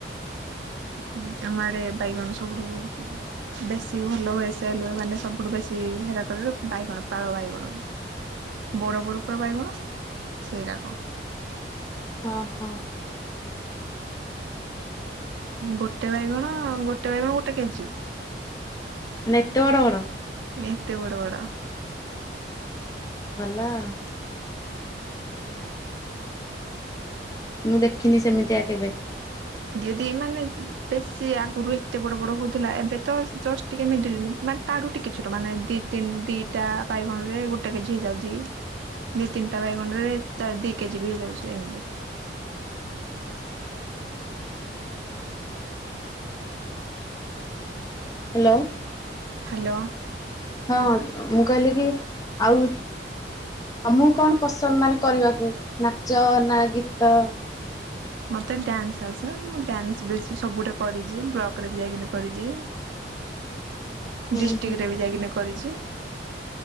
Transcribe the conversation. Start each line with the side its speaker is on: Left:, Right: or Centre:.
Right: ହଁ ଆମ ଆଡେ ବାଇଗଣ ସବୁଠୁ ବେଶୀ ଭଲ ହଏ ସେଲୁ ମାନେ ସବୁଠୁ ବେଶୀ ହେରା କରେ ବାଇଗଣ ପାଳ ବାଇଗଣ। ବଡ଼ ବଡ଼ ପୁରା ବାଇଗଣ ସେରାକ।
Left: ହ ହୋ।
Right: ଗୋଟେ ବାଇଗଣ ଗୋଟେ ବାଇଗଣ ଗୋଟେ କେଜି।
Left: ମାନେ ଏତେ ବଡ ବଡ଼।
Right: ଏତେ ବଡ଼ ବଡ଼।
Left: ଭଲ ଆଉ। ମୁଁ ଦେଖିନି ସେମିତିଆ କେବେ।
Right: ଯଦି ମାନେ ବେଶୀ ଆଗରୁ ଏତେ ବଡ ବଡ ହଉଥିଲା ଏବେ ତ ଜଷ୍ଟ ଟିକେ ମିିଡିଲ ମାନେ ତାଡୁ ଟିକେ ଛୁଟ ମାନେ ଦିନି ଦିଟା ବାଇଗଣ ରେ ଗୋଟେ କେଜି ହେଇଯାଉଛି। ଦି ତିନିଟା ବାଇଗଣରେ ଦି କେଜି ବି ହେଇଯାଉଛି ଏମିତି।
Left: ହ୍ୟାଲୋ।
Right: ହ୍ୟାଲୋ।
Left: ହଁ ମୁଁ କହିଲି କି ଆଉ ଆଉ ମୁଁ କଣ ପସନ୍ଦ ମାନେ କରିବାକୁ ନାଚ ନା ଗୀତ?
Right: ମତେ ଡ୍ୟାନ୍ସ ଆସେ। ମୁଁ ଡ୍ୟାନ୍ସ ବେଶୀ ସବୁଟେ କରିଛି ବ୍ଲକ ରେ ଯାଇ କିନା କରିଛି।
Left: ହୁଁ
Right: ଡିଷ୍ଟ୍ରିକଟ
Left: ହୁଁ
Right: ରେ ବି ଯାଇକିନା କରିଛି।